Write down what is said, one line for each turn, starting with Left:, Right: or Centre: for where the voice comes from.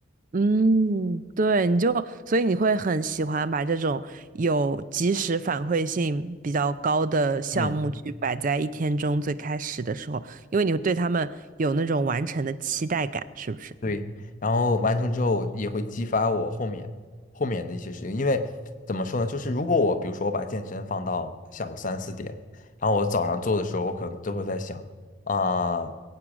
Right: 嗯，对，你就，所以你会很喜欢把这种有及时反馈性比较高的项目去摆在一天中最开始的时候，
Left: 嗯。
Right: 因为你会对他们有那种完成的期待感，是不是？
Left: 对，然后完成之后，也会激发我后面后面的一些事情。因为怎么说呢，就是如果我比如说我把健身放到下午三四点，然后我早上做的时候，我可能都会在想啊，